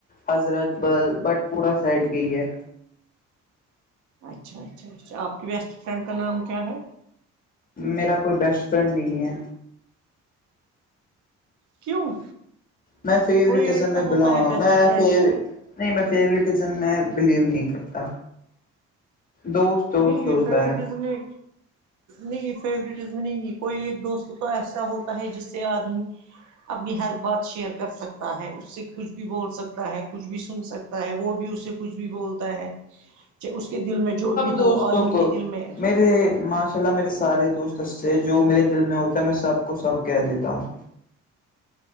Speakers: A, on the left; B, on the right.
A: Hazratbal Batpora side گئی ہے
B: اچھا اچھا اچھا آپ کی بیسٹ فرینڈ کا نام کیا ہے
A: میرا کوئی بیسٹ فرینڈ نہیں ہے
B: کیوں
A: میں فیورٹزم
B: کوئی ایک تو
A: میں
B: ہوتا
A: بلانگ
B: ہے بیسٹ
A: میں
B: فرینڈ
A: ف نہیں میں فیورزم میں بلیو نہیں کرتا دوست دوست
B: نہیں
A: ہوتا
B: فورٹز
A: ہے
B: میں نہیں فیورٹزم نہیں کوئی ایک دوست تو ایسا ہوتا ہے جس سے آدمی اپنی ہر بات شیئر کر سکتا ہے اس سے کچھ بھی بول سکتا ہے کچھ بھی سن سکتا ہے وہ بھی اس سے کچھ بھی بولتا ہے چ اس کے دل میں جو بھی ہو
A: دوستوں
B: آدمی
A: کو
B: کے دل میں
A: میرے ماشر چلا میرے سارے دوست سے جو میرے دل میں ہوتا ہے میں سب کو سب کہہ دیتا ہوں